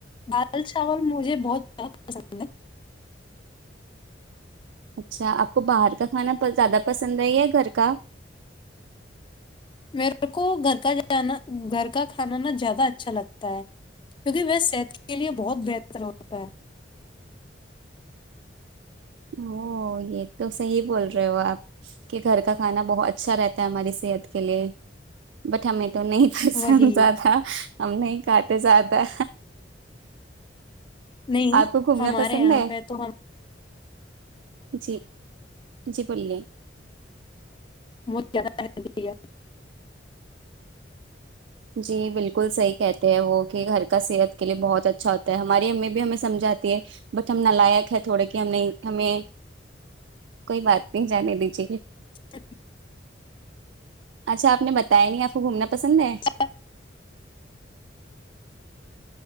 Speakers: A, on the left; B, on the right.
A: دال چاول مجھے بہت زیادہ پسند ہے
B: اچھا آپ کو باہر کا کھانا زیادہ پسند ہے یا گھر کا
A: میرے کو گھر کا جانا گھر کا کھانا ن زیادہ اچھا لگتا ہے کیونکہ وہ صحت کے لیے بہت بہتر ہوتا ہے
B: او یہ تو صحی بول رہے ہو آپ کہ گھر کا کھانا بہت اچھا رہتا ہے ہماری صحت کے لیے بٹ ہمیں تو نہیں پسنتا
A: وہی
B: تھا ہم نہیں کھاتے زیادہ
A: نہیں
B: آپ کو گھومنا
A: ہمارے
B: پسند
A: یہاں
B: ہے
A: پہ تو
B: جی جی بولیے
A: بت زیادہ ہ گیا
B: جی بالکل صحیح کہتے ہیں وہ کہ گھر کا صحت کے لیے بہت اچھا ہوتا ہے ہماری امی بھی ہمیں سمجھاتی ہے بٹ ہم نالائق ہے تھوڑا کہ ہم نہیں ہمیں کوئی بات نہیں جانے دیجی
A: <inaudible>
B: اچھا آپ نے بتایا نہیں آپ کو گھومنا پسند ہے
A: ا